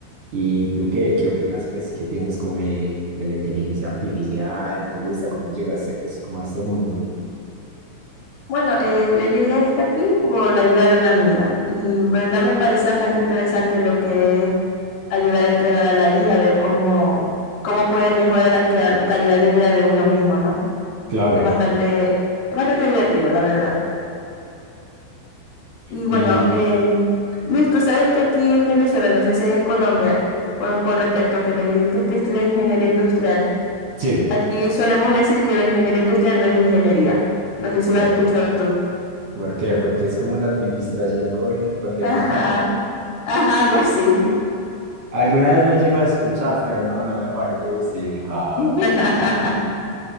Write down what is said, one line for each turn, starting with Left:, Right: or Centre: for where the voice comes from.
Right: ¿Y tú qué, qué opinas, pues, qué piensas como de, de la inteligencia artificial? ¿Te gusta cómo llegaste, pues, como a este mundo?
Left: Bueno, eh, yo llegué hasta aquí por la ayuda de una amiga y verdad me parece bastante interesante lo que es ayudar a entrenar a la IA, a a ver cómo, cómo puede mejorar la cal- calidad de vida de uno mismo, ¿no?
Right: Claro.
Left: Es bastante, es bastante divertido, la verdad. Y
Right: Y
Left: bueno, em, Luis, tú sabes que aquí en Venezuela, no sé si hay en Colombia, por- con respecto a que me dijiste que estudia ingeniería industrial,
Right: sí,
Left: aquí solemos decir que la ingeniería industrial no es ingeniería. No sé si
Right: ¿por,
Left: lo has escuchado tú.
Right: por qué? Porque es como una administración con, con delantal.
Left: Ajá, ajá, algo así.
Right: Alguna vez lo llego a escuchar, pero no, no me parece justificado.
Left: <laughs>